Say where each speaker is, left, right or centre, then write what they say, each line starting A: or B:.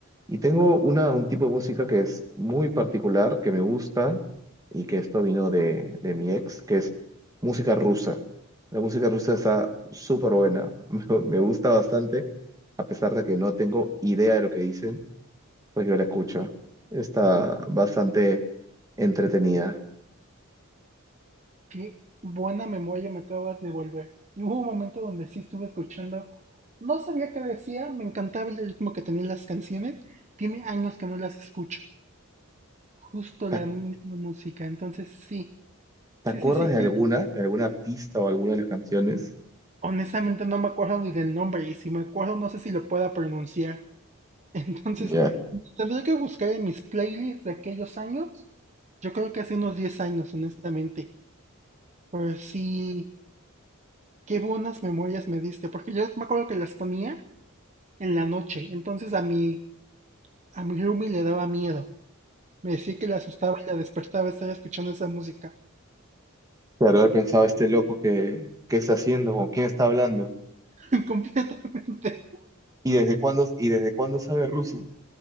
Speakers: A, on the right; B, on the right.
A: Y tengo una, un tipo de música que es muy particular, que me gusta y que esto vino de, de mi ex, que es música rusa. La música rusa está súper buena, <laughs> me me gusta bastante, a pesar de que no tengo idea de lo que dicen, pues yo la escucho. Está bastante entretenida.
B: qué buena memoria me acabas de volver. Y hubo un momento donde sí estuve escuchando, no sabía qué decía, me encantaba el ritmo que tenían las canciones, tiene años que no las escucho, justo
A: ¿Te,
B: la misma música, entonces sí,
A: te
B: sí,
A: acuerdas
B: sí, sí,
A: de
B: creo
A: alguna,
B: que-
A: de algún artista o alguna de las canciones?
B: honestamente no me acuerdo ni del nombre y si me acuerdo no sé si lo pueda pronunciar, <laughs> entonces
A: Ya,
B: tendré que buscar en mis playlists de aquellos años, yo creo que hace unos 10 años, honestamente, pero sí, qué buenas memorias me diste, porque yo me acuerdo que las ponía en la noche. Entonces a mi, a mi roomie le daba miedo. Me decía que le asustaba y la despertaba estar escuchando esa música.
A: claro, haber pensado este loco que, qué está haciendo, con quién está hablando
B: <laughs> Completamente.
A: y desde cuándo y desde cuándo sabe ruso.